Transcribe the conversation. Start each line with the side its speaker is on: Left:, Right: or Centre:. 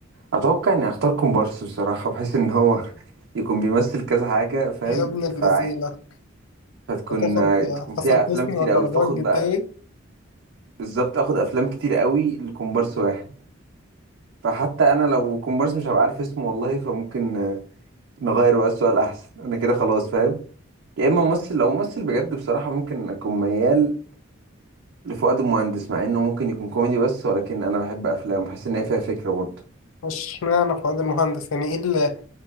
Right: أتوقع إني أختار كومبارس بصراحة بحيث إن هو <laughs> يكون بيمثل كذا حاجة فاهم
Left: يا ابن اللذينة
Right: فعادي هتكون
Left: هتاخد
Right: تكون فيها
Left: حسن
Right: أفلام
Left: حسني
Right: كتير
Left: ولا
Right: أوي
Left: رجاء
Right: فاخد
Left: الجداوي
Right: بقى بالظبط آخد أفلام كتير أوي لكومبارس واحد فحتى انا لو كومبارس مش هبقى عارف اسمه والله فممكن آه، نغير بقى السؤال احسن انا كده خلاص فاهم يا اما ممثل لو ممثل بجد بصراحة ممكن اكون ميال لفؤاد المهندس مع انه ممكن يكون كوميدي بس ولكن انا بحب افلامه بحس ان هي فيها فكرة برضه
Left: مش معنى فؤاد المهندس يعني ايه اللي